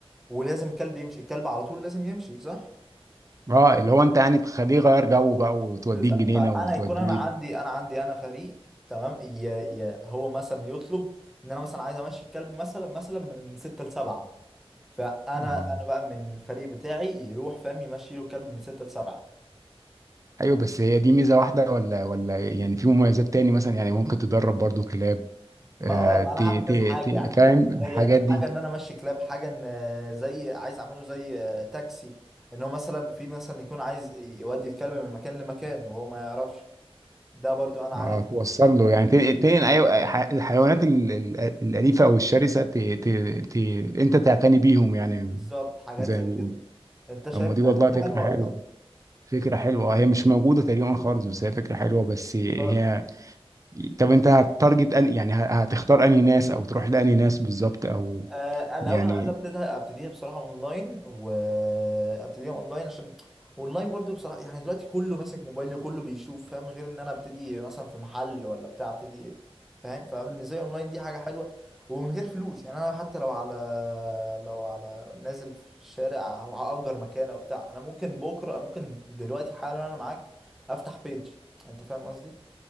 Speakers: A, in the centre; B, on the right (about 35°).
A: ولازم الكلب يمشي الكلب على طول لازم يمشي صح
B: اه اللي هو انت يعني تخليه يغير جو بقى وتوديه
A: بز-
B: الجنينه
A: فانا
B: وتوديه
A: يكون انا عندي
B: ال-
A: انا عندي انا فريق تمام يا يا هو مثلا يطلب ان انا مثلا عايز امشي الكلب مثلا مثلا من ستة لسبعة فانا
B: اه
A: انا بقى من الفريق بتاعي يروح فاهم يمشي له الكلب من ستة لسبعة
B: ايوه بس هي دي ميزه واحده ولا ولا يعني في مميزات تاني مثلا يعني ممكن تدرب برضو كلاب
A: ما
B: آه،
A: اه ما
B: تي
A: انا هعمل كذا
B: تي
A: حاجة
B: تي
A: يعني
B: فاهم الحاجات
A: هي
B: دي
A: حاجة ان انا امشي كلاب حاجة ان آه، زي عايز اعمله زي آه، تاكسي ان هو مثلا في مثلا يكون عايز يودي الكلب من مكان لمكان وهو ما يعرفش ده برضو انا
B: اه
A: عايز
B: توصل
A: اوفر
B: له يعني تنقل تنقل أي- ح- الحيوانات ال- ال- الأليفة أو الشرسة تي تي تي أنت تعتني بيهم يعني
A: بالظبط حاجات
B: زي
A: زي
B: ما بيقولوا
A: كده انت شايف
B: طب ما دي
A: الحاجات
B: والله
A: دي
B: فكرة
A: حلوه
B: حلوة
A: ولا لا
B: فكرة حلوة آه، هي مش موجودة تقريبا خالص بس هي فكرة حلوة بس هي
A: خالص
B: طب أنت هتارجت أن يعني ه- هتختار أنهي ناس أو تروح لأنهي ناس بالظبط أو
A: آه انا الاول
B: يعني
A: انا عايز ابتديها ابتديها بصراحه اونلاين وابتديها اونلاين عشان اونلاين برضو بصراحه يعني دلوقتي كله ماسك موبايل كله بيشوف فاهم غير ان انا ابتدي مثلا في محل ولا بتاع ابتدي فاهم فبالنسبه لي اونلاين دي حاجه حلوه ومن غير فلوس يعني انا حتى لو على لو على نازل في الشارع او هاجر مكان او بتاع انا ممكن بكره ممكن دلوقتي حالا انا معاك افتح بيج انت فاهم قصدي